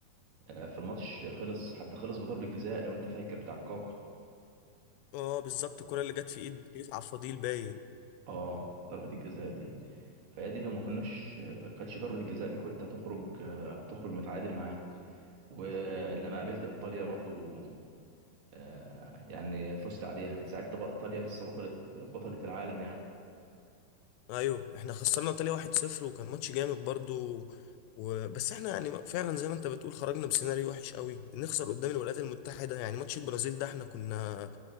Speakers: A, on the right; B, on the left.
A: آه في الماتش خلص حتى خلص بضربه جزاء لو انت فاكر بتاع كاكا
B: اه بالظبط الكرة اللي جت في ايد كيف على الفضيل باين
A: اه ضربة الجزاء دي فهي دي لو ما كناش آه، كانتش ضربة الجزاء دي كنت هتخرج آه، هتخرج متعادل معاهم ولما قابلت ايطاليا برضو آه، يعني فزت عليها كانت ساعتها بق- ايطاليا لسه بطلة بطلة العالم يعني
B: ايوه احنا خسرنا ايطاليا 1-0 وكان ماتش جامد برضو و... بس احنا يعني فعلا زي ما انت بتقول خرجنا بسيناريو وحش قوي نخسر قدام الولايات المتحدة يعني ماتش البرازيل ده احنا كنا